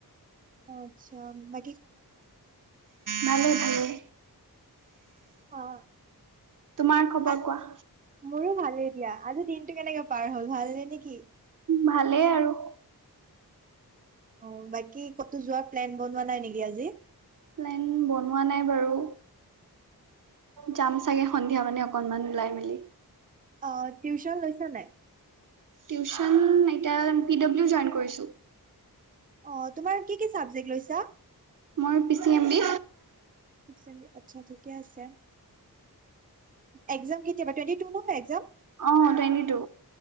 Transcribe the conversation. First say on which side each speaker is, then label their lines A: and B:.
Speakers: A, on the right (about 20°); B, on the right (about 55°).
A: অ আচ্ছা বা
B: ভালেই ভালেই।
A: অ'
B: তোমাৰ খবৰ
A: আ-
B: কোৱা?
A: মোৰো ভালেই দিয়া। আজি দিনটো কেনেকে পাৰ হল ভালনে নেকি?
B: ভালেই আৰু।
A: অঁ, বাকী কতো যোৱাৰ প্লেন বনোৱা নাই নেকি আজি?
B: প্লেন বনোৱা নাই বাৰু? যাম চাগে সন্ধিয়া মানে অকনমান ওলাই মেলি।
A: অঁ টিউচন লৈছা নাই?
B: টিউশচন এতিয়া পি ডব্লিউ জইন কৰিছোঁ।
A: অঁ, তোমাৰ কি কি চাবজেক্ট লৈছা?
B: মই P C M D..
A: P C M দি আচ্ছা ঠিকে আছে, এক্সাম কেতিয়াৰ পৰা টুৱেন্টি টু ন এক্সাম।
B: অঁ টুৱেণ্টি টু।